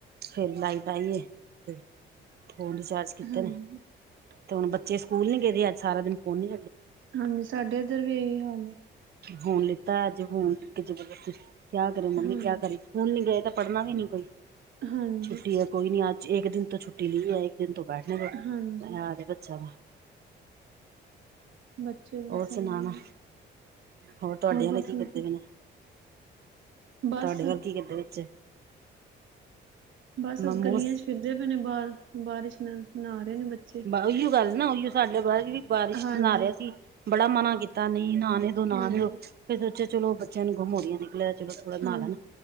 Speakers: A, on the right; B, on the right.
A: ਫੇਰ ਲਾਈਟ ਆਈਏ ਤੇ ਥੋ ਚਾਰ ਕੀਤੇ
B: ਹਾਂਜੀ,
A: ਨੇ ਤੇ ਹੁਣ ਬੱਚੇ ਸਕੂਲ ਨੀ ਗਏ, ਦੇ ਅੱਜ ਸਾਰਾ ਦਿਨ ਫੋਨ ਨੀ
B: ਹਾਂਜੀ ਸਾਡੇ ਇੱਧਰ ਵੀ ਇਹੀ ਹਾਲ ਐ,
A: ਫੁਣ ਲਿੱਤਾ ਅੱਜ ਫੁਣ ਜਸੀ ਕਿਆ ਕਰੇ, ਮੰਮੀ
B: ਹਾਂ
A: ਕਿਆ ਕਰੇ। ਹੁਣ ਨੀ ਗਏ ਤਾਂ ਪੜ੍ਹਨਾ ਵੀ ਨੀ ਕੋਈ
B: ਹਾਂਜੀ
A: ਛੁੱਟੀ ਹੈ, ਕੋਈ ਨੀ ਅੱਜ ਇੱਕ ਦਿਨ ਤੋਂ ਛੁੱਟੀ ਲਈ ਹੈ। ਦਿਨ ਤੋਂ ਬੈਠਣੇ
B: ਹਾਂਜੀ
A: ਆਜ ਬੱਚਿਆਂ ਦਾ।
B: ਬੱਚੇ ਬਸ
A: ਹੋਰ ਸੁਣਾ
B: ਐਵੇਂ
A: ਨਾ
B: ਨੇ
A: ਹੋਰ ਤੁਹਾਡੀਆਂ
B: ਬਸ
A: ਨੇ ਕੀ ਕਰਦੇ
B: ਵਧੀਆ
A: ਪਏ।
B: ਬਸ
A: ਤੁਹਾਡੇ ਵੱਲ ਕੀ ਕਿੱਦਾਂ ਵਿੱਚ,
B: ਬਸ
A: ਮੋਮੋਸ
B: ਗਲੀਆਂ ਚ ਫਿਰਦੇ ਪਏ, ਨੇ ਬਾਹਰ ਬਾਰਿਸ਼ ਨਾਲ ਨਾ ਰਹੇ ਨੇ ਬੱਚੇ।
A: ਉਹੀਓ ਗੱਲ ਨਾ ਉਹੀਓ ਸਾਡੇ ਪਤਾ ਬਾਰਿਸ਼
B: ਹਾਂਜੀ
A: ਨਾ ਰਿਹਾ ਸੀ, ਬੜਾ ਮਨਾ ਕੀਤਾ ਨਹੀਂ ਨ ਨਾ
B: ਹਾਂਜੀ
A: ਲਓ ਫਿਰ ਸੋਚਿਆ ਚਲੋ ਬੱਚਿਆਂ ਨੂੰ ਗੁੰਮ ਹੋੜਿਆ ਨਿਕਲਿਆ ਚਲੋ ਥੋੜਾ ਨਾ
B: ਹਾਂ
A: ਲੈਣਾ।